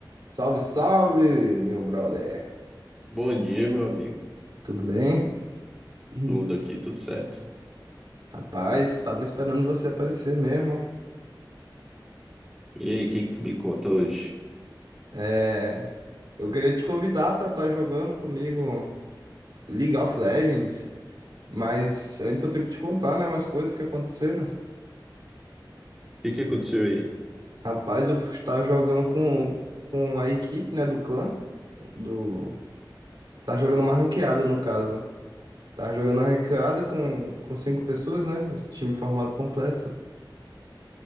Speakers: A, on the right; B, in the centre.
A: Salve, salve, meu brother.
B: Bom dia, meu amigo.
A: Tudo bem? Hum.
B: Tudo aqui, tudo certo.
A: Rapaz, tava esperando você aparecer mesmo.
B: E aí, o que que tu me conta hoje?
A: É, eu queria te convidar pra estar jogando comigo League of Legends, mas antes eu tenho que te contar, né, umas coisas que aconteceram.
B: O que que aconteceu aí?
A: Rapaz, eu estava jogando com, com a equipe, né, do clã, do... Tava jogando uma ranqueada, no caso. Tava jogando uma ranqueada com, com cinco pessoas, né, o time formado completo.